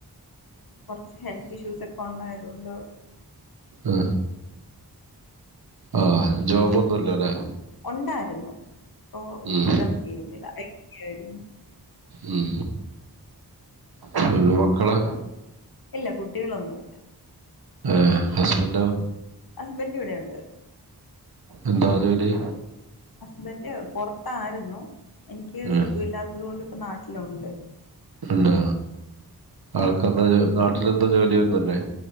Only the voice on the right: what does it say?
ആ ആഹ് ജോബൊന്നുംല്ലല്ലെ
ഉം
ഉം പിന്നെ മക്കള്
ആഹ ഹസ്ബന്റോ
എന്താ ജോലി
ഏഹ്
ഉണ്ടാ ആൾക്കെന്താ നാട്ടില എന്താ ജോലി വന്നല്ലേ